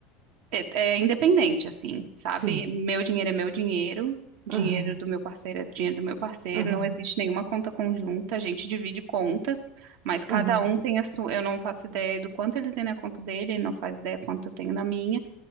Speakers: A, on the right; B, on the right.
A: é, é independente, assim, sabe?
B: Sim.
A: Meu dinheiro é meu dinheiro, dinheiro
B: Aham,
A: do meu parceiro é dinheiro do meu parceiro,
B: aham,
A: não existe nenhuma conta conjunta, a gente divide contas, mas cada
B: aham,
A: um tem a sua. Eu não faço ideia do quanto ele tem na conta dele, ele não faz ideia quanto eu tenho na minha,